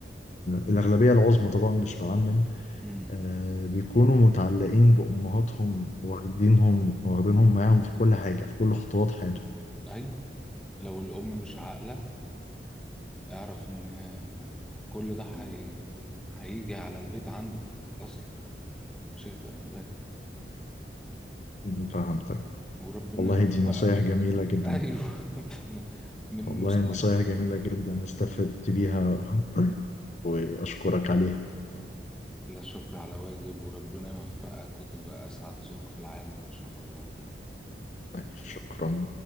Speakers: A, on the left; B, in the centre.
A: الاغلبية العظمى طبعا مش بعمم
B: امم
A: آه، بيكونوا متعلقين بأمهاتهم واخدينهم واخدينهم معاهم في كل حاجة في كل خطوات حياتهم
B: أيوه لو الأم مش عاقلة اعرف إن هي ما هو كل ده حي... هيجي على البيت عندك أصلا شئت أم أبيت
A: م. فهمتك
B: وربنا
A: والله
B: يوفقك
A: دي نصايح جميلة
B: وت-
A: جدا
B: أيوه <laughs> من
A: والله
B: المستقبل
A: نصايح جميلة جدا استفدت بيها <laughs> وأشكرك عليها
B: لا شكر على واجب وربنا يوفقك وتبقى أسعد زوج في العالم إن شاء الله
A: شكرا